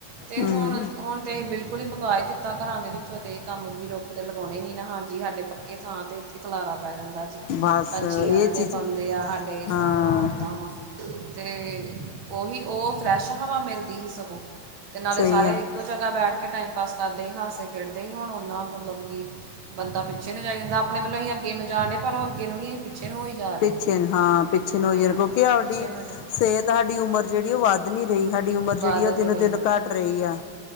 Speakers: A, on the right; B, on the left.
A: ਤੇ
B: ਹੂੰ
A: ਹੁਣ ਹੁਣ ਤੇ ਅਸੀਂ ਬਿਲਕੁਲ ਹੀ ਦਿੱਤਾ ਘਰਾਂ ਦੇ ਵਿੱਚੋਂ। ਤੇ ਕੰਮ ਵੀ ਰੁੱਖ ਤੇ ਲਗਾਉਣੇ ਨੀ ਨਾ। ਹਾਂਜੀ, ਸਾਡੇ ਪੱਕੇ ਥਾਂ ਤੇ ਇੱਥੇ ਖਲਾਰਾ ਪੈ ਜਾਂਦਾ। ਜੀ,
B: ਬਸ
A: ਪੰਛੀ
B: ਇਹ
A: ਆਲਣੇ
B: ਚੀਜ਼
A: ਪਾਉਂਦੇ ਆ। ਸਾਡੇ ਏਦਾਂ
B: ਹਾਂ
A: ਵਾ, ਓਦਾਂ ਵਾ। ਤੇ, ਉਹੀ ਉਹ ਫਰੈਸ਼ ਹਵਾ ਮਿਲਦੀ ਸੀ। ਸਗੋਂ, ਤੇ ਨਾਲੇ
B: ਸਹੀ
A: ਸਾਰੇ
B: ਆ
A: ਕੁਝ ਜਗ੍ਹਾ ਬੈਠ ਕੇ ਟੈਮ ਪਾਸ ਕਰਦੇ, ਹਾਸਦੇ ਖੇਡਦੇ ਸੀ। ਹੁਣ ਉਹਨਾਂ, ਮਤਲਬ ਕਿ ਬੰਦਾ ਪਿੱਛੇ ਨੂੰ ਜਾਣੀ ਜਾਂਦਾ ਆ, ਆਪਣੇ ਵੱਲੋਂ ਅਸੀਂ ਅੱਗੇ ਨੂੰ ਜਾਣ ਡੇ, ਪਰ ਉਹ ਅੱਗੇ ਨੂੰ ਨੀ, ਪਿੱਛੇ ਨੂੰ ਹੋਈ। ਜਾ ਰਹੇ
B: ਪਿੱਛੇ ਹਾਂ, ਪਿੱਛੇ ਹੋਈ
A: ਹਾਂ
B: ਜਾ। ਕਿਉਂਕਿ ਸਾਡੀ
A: ਪਿੱਛੇ ਨੂੰ
B: ਸਿਹਤ, ਸਾਡੀ ਉਮਰ ਜਿਹੜੀ ਉਹ ਵੱਧ ਵੱਧ ਨੀ ਰਹੀ। ਸਾਡੀ ਉਮਰ
A: ਵਾਦ
B: ਜਿਹੜੀ ਆ,
A: ਨਹੀਂ
B: ਉਹ ਦਿਨੋਂ
A: ਰਹੀ
B: ਦਿਨ ਘੱਟ ਰਹੀ ਆ।